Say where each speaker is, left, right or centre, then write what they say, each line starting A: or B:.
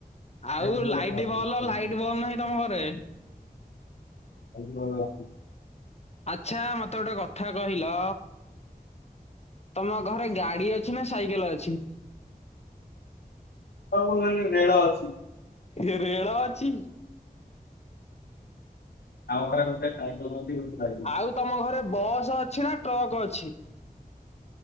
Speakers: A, on the left (about 40°); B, on the left (about 90°).
A: ଆଉ
B: ବେଙ୍ଗୁ
A: ଲାଇଟ୍
B: ଅଛି ଆମ ଘରେ।
A: ବଲ ଲାଇଟ୍ ବଲ ନାହିଁ ତମ ଘରେ?
B: ଖାଲି ବଲ ଅଛି।
A: ଆଚ୍ଛା ମତେ ଗୋଟେ କଥା କହିଲ? ତମ ଘରେ ଗାଡି ଅଛି ନା ସାଇକେଲ ଅଛି?
B: <unintelligible> ରେଳ ଅଛି।
A: ଏ ରେଳ ଅଛି।
B: ଆଉ ଘରେ ଗୋଟେ ସାଇକଲ ଅଛି ଗୋଟେ ବାଇକ ଅଛି।
A: ଆଉ ତମ ଘରେ ବସ୍ ଅଛି ନା ଟ୍ରକ୍ ଅଛି?